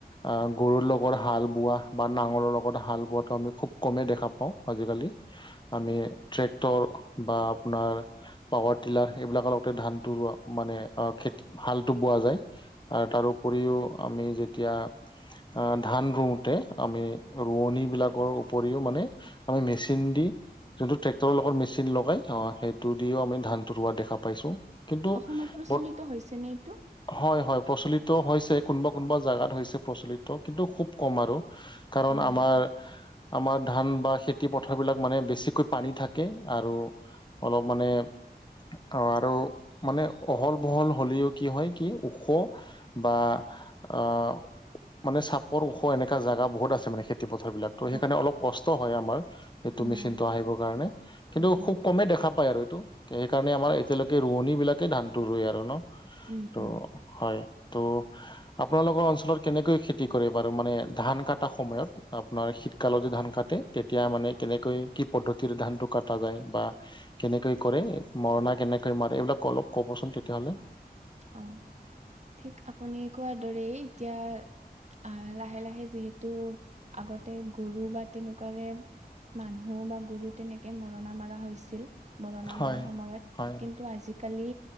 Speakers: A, on the left; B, on the right.
A: অহ গৰুৰ লগ। লগৰ হাল বোৱা বা নাঙলৰ লগত হাল বোৱাটো আমি খুব কমেই দেখা পাওঁ আজিকালি। আমি ট্ৰেক্টৰ বা আপোনাৰ। পাৱাৰ ডিলাৰ এইবিলাকৰ লগতে ধানটো ৰোৱা মানে খেতি হালত বোৱা যায়। আৰু তাৰো উপৰিও আমি যেতিয়া।
B: অ <unintelligible>
A: অহ ধান ৰুওতে আমি ৰোৱনীবিলাকৰ উপৰিও মানে আমি মেচিন দি। যোনটো ট্ৰেক্টৰৰ লগত মেচিন লগাই অহ সেইটো দিও আমি ধানটো ৰোৱা দেখা পাইছো। কিন্তু
B: অসমত প্ৰচলিত
A: ব
B: হৈছেনে এইটো?
A: হয় হয় প্ৰচলিত হৈছে কোনোবা কোনোবা জাগাত হৈছে প্ৰচলিত কিন্তু খুব কম আৰু। কাৰণ
B: অ'।
A: আমাৰ। আমাৰ ধান বা খেতি পথাৰ বিলাক মানে বেছিকৈ পানী থাকে আৰু। অলপ মানে অহ আৰু মানে অহল বহল হ'লেও কি হয় কি ওখ। বা অহ। মানে চাপৰ ওখ এনেকা জাগা বহুত আছে মানে খেতি পথাৰ বিলাক‌ তো
B: অ'।
A: সেইকাৰণে অলপ কষ্ট কষ্টত হয় আমাৰ সেইটো
B: অ',
A: মেচিনটো আহিবৰ কাৰণে। কিন্তু
B: উম, উম,
A: খুব কমেই দেখা পায় আৰু এইটো সেইকাৰণে আমাৰ এতিয়ালৈকে ৰোৱনী বিলাকে ধানটো ৰোৱে আৰু ন।
B: উম,
A: ত'
B: উম,
A: হয় ত' আপোনালোকৰ অঞ্চলত কেনেকৈ খতি খেতি কৰে বাৰু মানে ধান কটা সময়ত আপোনাৰ শীতকালত ধান কাটে তেতিয়া মানে কেনেকৈ কি পদ্ধতিৰে ধানতটো কটা যায় বা কেনেকৈ কৰে মৰণা কেনেকৈ মাৰে এইবিলাক অলপ ক'বচোন তেতিয়াহ'লে
B: অ ঠিক আপুনি কোৱাৰ দৰেই এতিয়া আহ লাহে লাহে যিহেতু আগতে গৰু বা তেনেকুৱাৰে মানুহ বা গুৰু তেনেকে মৰণা মৰা হৈছিল মৰণা
A: হয়
B: মৰা সময়ত
A: হয়
B: কিন্তু আজিকালি